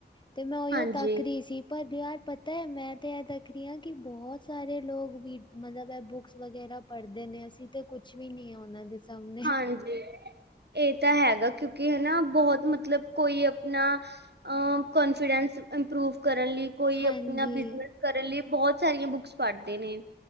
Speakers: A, on the left; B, on the right.
A: ਤੇ ਮੈਂ ਉਹੀਓ
B: ਹਾਂਜੀ-ਹਾਂਜੀ।
A: ਤਕ ਰਹੀ ਸੀ <unintelligible> ਤੇ ਮੈਂ ਤੇ ਇਹ ਤਕਦੀ ਹਾਂ ਕਿ ਬਹੁਤ ਸਾਰੇ ਲੋਕ ਵੀ ਮਤਲਬ ਏ ਬੁੱਕਸ ਵਗੈਰਾ ਪੜ੍ਹਦੇ ਨੇ ਅਸੀਂ ਤੇ ਕੁੱਛ ਵੀ ਨੀ ਹੈ ਉਹਨਾਂ ਦੇ ਸਾਹਮਣੇ
B: ਹਾਂਜੀ ਇਹ ਤਾਂ ਹੈਗਾ ਕਿਉ ਕਿ ਹਨਾ ਬਹੁਤ ਮਤਲਬ ਕੋਈ ਆਪਣਾ ਅ ਕਨਫੀਡੈਂਸ ਇੰਪਰੂਵ ਕਰਨ ਲਈ ਕੋਈ
A: ਹਾਂਜੀ
B: ਆਪਣਾ ਬਿਜਨਸ ਕਰਨ ਲਈ ਬਹੁਤ ਸਾਰੀਆਂ ਬੁੱਕਸ ਪੜ੍ਹਦੇ ਨੇ।